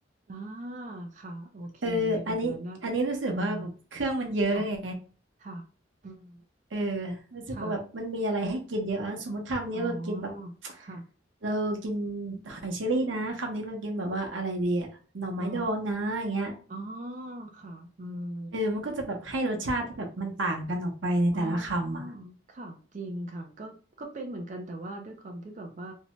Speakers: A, on the right (about 40°); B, on the right (about 85°).
A: อ่า ค่ะโอเคเลยแบบนั้นนะ
B: เอออันนี้อันนี้รู้สึกว่าแบบเครื่องมันเยอะไง
A: เออค่ะ ค่ะอืม
B: เออรู้สึกว่าแบบมันมีอะไรให้กินเยอะอะสมมติคำนี้เรากินแบบ
A: ค่ะอ๋อค่ะ
B: เรากินหอยเชอรี่นะคำนี้เรากินแบบว่าอะไรดีอะหน่อไม้ดองนะอย่างเงี้ย
A: อ๋ออ๋อค่ะอืม
B: เออมันก็จะแบบให้รสชาติที่แบบมันต่างกันออกไปในแต่ละคำอ่ะ
A: อ๋อค่ะจริงค่ะก็ก็เป็นเหมือนกัน แต่ว่าด้วยความที่แบบว่า